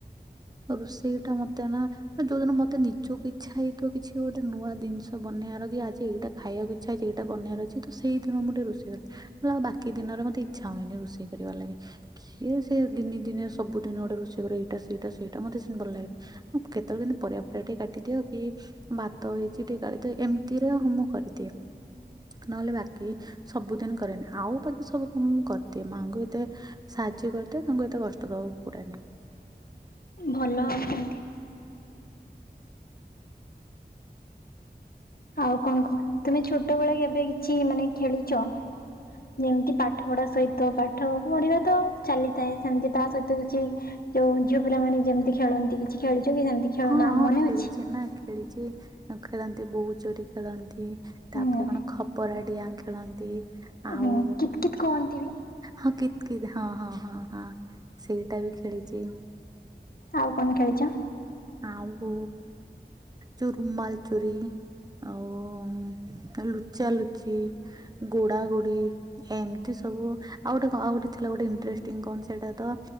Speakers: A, on the right; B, on the left.
A: ଅ ରୋଷେଇଟା ମତେ ନା ଏ ଯୋଉଦିନ ମତେ ନିଜକୁ ଇଚ୍ଛା ହେଇଥିବ କିଛି ଗୋ ଟେ ନୂଆ ଜିନଷ ବନେଇବାର କି ଆଜି ଏଇଟା ଖାଇବାକୁ ଇଚ୍ଛା ହେଇଚି ଏଇଟା ବନେଇବାର ଅଛି ତ ସେଇଦିନ ମୁଁ ଟିକେ ରୋଷେଇ କରେ। <unintelligible> ଆଉ ବାକି ଦିନରେ ମତେ ଇଚ୍ଛା ହୁଏନି ରୋଷେଇ କରିବାର ଲାଗି। କିଏ ସିଏ ଦିନି ଦିନି ସବୁ ଦିନ ଗୋଟେ ରୋଷେଇ କରିବ ଏଇଟା ସେଇଟା ସେଇଟା ମତେ ସେମ ଭଲ ଲାଗେ। କେତେବେଳେ କେମତି ପରିବା ପରିବା ଟିକେ କାଟିଦିଅ କି ଭାତ ହେଇଛି ଟିକେ ଗାଳି ଦେ, ଏମିତିରେ ମୁଁ କରିଦିଏ। ନହେଲେ ବାକି ସବୁଦିନ କରେନି, ଆଉ ବାକି ସବୁ କାମ ମୁଁ କରିଦିଏ। ମାଆଙ୍କୁ ଏତେ ସାହାଯ୍ୟ କରିଥାଏ, ତାଙ୍କୁ ଏତେ କଷ୍ଟ ଦବାକୁ ପୁରେନି।
B: ଭଲ <inaudible> ଆଉ କଣ କୁହ? ତୁମେ ଛୋଟ ବେଳେ କେବେ କିଛି ମାନେ ଖେଳିଛ? ଯେମିତି ପାଠ ପଢା ସହିତ? ପାଠ ପଢିବା ତ ଚାଲିଥାଏ, ସେମିତି ତା ସହିତ କିଛି ଯୋଉ ଝିଅ ପିଲାମାନେ ଯେମିତି ଖେଳନ୍ତି, କିଛି ଖେଳଛ କି ସେମିତି? ଖେଳ
A: ହଁ
B: ନାଁ
A: ହଁ
B: ମନେ
A: ଖେଳିଛି
B: ଅଛି?
A: ନା ଖେଳିଛି, ଖେଳନ୍ତି ବୋହୁ ଚୋରି ଖେଳନ୍ତି।
B: ହୁଁ
A: ତାପରେ କଣ ଖପରା ଡିଆ ଖେଳନ୍ତି। ଆଉ
B: ହୁଁ କିତ କିତ କୁହନ୍ତି ବି।
A: ହଁ କିତ୍ କିତ୍ ଅହଁ ହଁ ହଁ ସେଇଟା ବି ଖେଳିଛି।
B: ଆଉ କଣ ଖେଳିଛ?
A: ଆଉ ଚୁରୁମାଲ ଚୁରି। ଆଉ ଲୁଚା ଲୁଚି, ଗୋଡା ଗୋଡି। ଏମିତି ସବୁ, ଆଉ ଗୋଟେ ଆଉ ଗୋଟେ ଥିଲା ଗୋଟେ ଇଣ୍ଟେଷ୍ଟି କଣ ସେଇଟା ତ